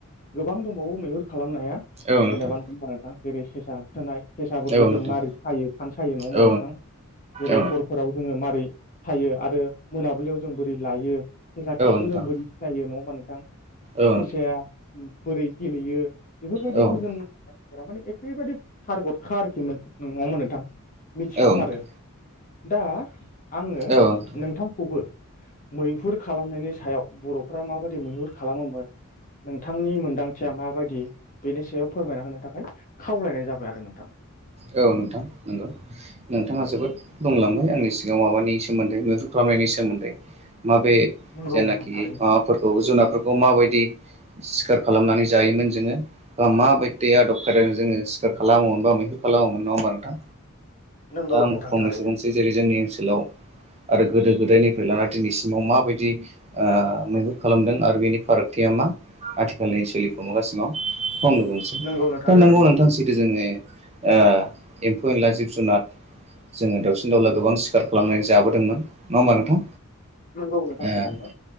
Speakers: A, on the left; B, on the right.
A: गोबां दंबावो मैहुर खालामनाया
B: औ नोंथां
A: जेनेबा नङा होमबा नोंथां? जेरै सेसा होसोनाय सेसाफोरखौ
B: औ
A: जों
B: नोंथां
A: मारै सायो फान सायो नङा होमबा
B: औ
A: नोंथां? जेरै
B: औ
A: हरफोराव जोङो मारै सायो आरो मोनाबिलियाव जों बोरै लायो सेसा खिखौ
B: नोंथां
A: जों बोरै सिनायो नङा होमबा नोंथां? सेसाया
B: औ नोंथां औ
A: ओम बोरै गेलेयो बेफोरबायदिखौ
B: औ
A: जों फोरा माने एखेबारे फारगटखा आरोखि नो नङा होनबा नोंथां मिथिखा
B: नोंथां
A: थारो। दा आङो
B: औ नोंथां
A: नोंथांखौबो मैहुर खालामनायनि सायाव बर'फ्रा माबायदि मैहुर खालामोमोन नोंथांनि मोनदांथिया मा बादि बेनि सायाव फोरमायना होनो थाखाय खावलायनाय जाबाय आरो नोंथां।
B: औ नोंथां नंगौ नोंथाङा जोबोद बुंलांबाय आंनि सिगाङाव माबानि सोमोन्दै मैहुर खालाम नायनि सोमोन्दै माबे
A: नंगौ
B: जेनाखि
A: नोंथां थारैनो
B: माबाफोरखौ जुनारफोरखौ माबायदि सिखार खालामनानै जायोमोन जोङो बा माबायदि आदब खायदाजों जोङो सिखार खालामोमोनबा मैहुर खालामोमोन नङा होमबा नोंथां?
A: नंगौ
B: दा आंबो
A: नोंथां
B: फंनैसो
A: थारैनो
B: बुंसै जेरै जोंनि ओनसोलाव आरो गोदो-गोदायनिफ्राय लाना दिनैसिमाव माबायदि ओ मैहुर खालामदों आरो बेनि फारागथिया मा आथिखालनि सोलिफुमा गासिमाव बेखौ आंनो बुंनोसै‌।
A: नंगौ नोंथां
B: दा
A: थारैनो
B: नोंगौ नोंथां सैथो जोङो ओ एम्फौ-एनला जिब जुनार जोङो दाउसिन-दाउला गोबां सिखार खालामनानै जाबोदोंमोन, नङा होनबा नोंथां?
A: नंगौ नोंथां
B: ओम
A: थारैनो